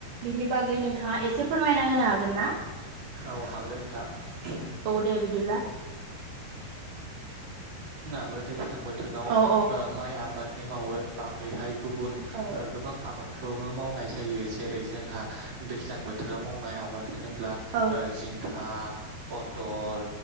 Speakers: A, on the right; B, on the right.
A: बिनि बागै नोंथाङा एसे फोरमायना होनो हागोन ना?
B: औ हागोन नोंथां।
A: औ दे बिदिब्ला
B: बो दैज्लां बोथोराव
A: औ औ
B: ओ माइ आबादनि मावो बागैहाय गुबुन
A: औ
B: ओ गोबां आबाद खौनो मावनाय जायो जेरै जोंहा दैज्लां बोथोराव मावनाय आबाद थोनोब्ला
A: औ
B: ओ जिंखा पथल